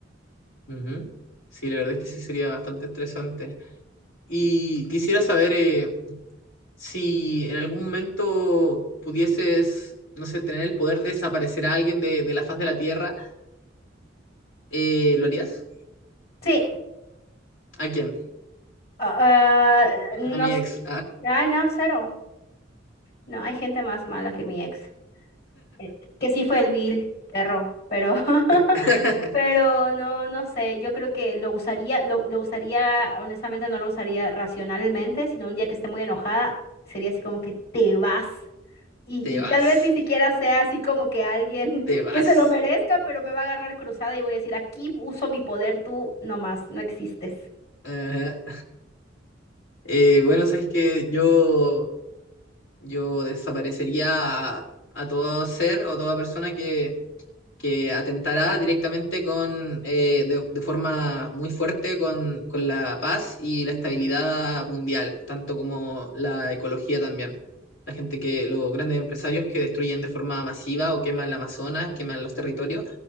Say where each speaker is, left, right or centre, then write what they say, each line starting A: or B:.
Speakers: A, on the left; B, on the left.
A: Ujú. Sí, la verdad es que sí sería bastante estresante. Y quisiera saber eh, si en algún momento pudieses, no sé, tener el poder de desaparecer a alguien de, de la faz de la Tierra, eh, ¿lo harías?
B: Sí,
A: ¿A quién?
B: ah, ah, no,
A: A mi
B: s-
A: ex.
B: ay no, cero. No, hay gente más mala que mi ex. eh, Que sí fue el vil perro, pero, <laughs>
A: <laughs>
B: pero no, no sé. Yo creo que lo usaría, lo, lo usaría, honestamente no lo usaría racionalmente, sino un día que esté muy enojada, sería así como que te vas. Y,
A: Te
B: y
A: vas.
B: tal vez ni siquiera sea así como que alguien
A: Te
B: <laughs>
A: vas.
B: que se lo merezca, pero me va a agarrar cruzada y voy a decir, aquí uso mi poder, tú nomás, no existes.
A: Ajá. Eh, bueno, sabes que yo, yo desaparecería a, a todo ser o toda persona que, que atentara directamente con, eh, de, de forma muy fuerte con, con la paz y la estabilidad mundial, tanto como la ecología también. La gente que, los grandes empresarios que destruyen de forma masiva o queman la Amazonas, queman los territorios